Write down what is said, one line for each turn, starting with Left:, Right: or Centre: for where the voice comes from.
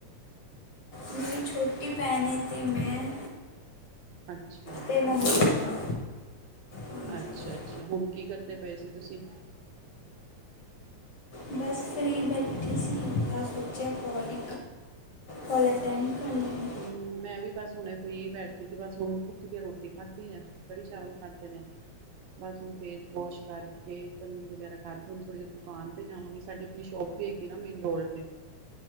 Left: ਮੇਰੀ ਛੋਟੀ ਛੋਟੀ ਭੈਣ ਐ ਤੇ ਮੈਂ,
Right: ਅੱਛਾ।
Left: ਤੇ ਮੰਮੀ ਪਾਪਾ। ਹਾਂਜੀ
Right: ਅੱਛਾ ਅੱਛਾ ਹੁਣ ਕੀ ਕਰਦੇ ਪਏ ਸੀ ਤੁਸੀਂ,
Left: ਬਸ ਫ੍ਰੀ ਬੈਠੀ ਸੀ ਤਾਂ ਸੋਚਿਆ ਕੋਲ। ਕੋਲ ਅਟੈਂਡ ਕਰ ਲੈਂਣੀ।
Right: ਹਮ ਮੈਂ ਵੀ ਬਸ ਹੁਣੇ ਫ੍ਰੀ ਬੈਠੀ ਸੀ ਬਸ ਹੁਣ ਉੱਠ ਕੇ ਰੋਟੀ ਖਾਧੀ ਆ। ਕੜੀ ਚਾਵਲ ਖਾਂਦੇ ਨੇ, ਬਸ ਹੁਣ ਫੇਸ ਵੋਸ਼ ਕਰਕੇ ਕੰਘੀ ਵਗੈਰਾ ਕਰਕੇ ਹੁਣ ਥੋੜੀ ਦੇਰ ਦੁਕਾਨ ਤੇ ਜਾਵਾਂਗੀ, ਸਾਡੇ ਆਪਣੀ ਸ਼ੋਪ ਵੀ ਹੈਗੀ ਨਾ ਮੇਰੀ ਗੋਲ੍ਡ ਦੀ